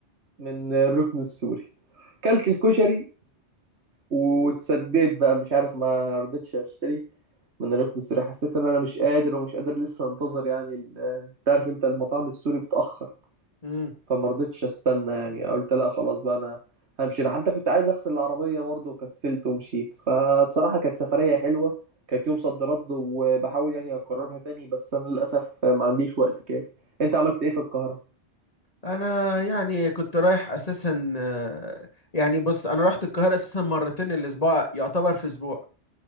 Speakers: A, on the right; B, on the left.
A: من الركن السوري كلت الكشري واتسديت بقى مش عارف ما رضيتش اشتري من الركن السوري حسيت ان انا مش قادر ومش قادر لسه انتظر يعني ال- تعرف انت المطاعم السوري بتأخر
B: مم.
A: فما رضيتش استنى يعني قلت لا خلاص بقى انا همشي انا حتى كنت عايز اغسل العربيه برضه وكسلت ومشيت فبصراحه كانت سفريه حلوه كانت يوم صد رد وبحاول يعني اكررها تاني بس انا للاسف ما عنديش وقت كافي انت عملت ايه في القاهره
B: انا يعني كنت رايح اساسا آه، يعني بص انا رحت القاهرة اساسا مرتين الاسبوع يعتبر في اسبوع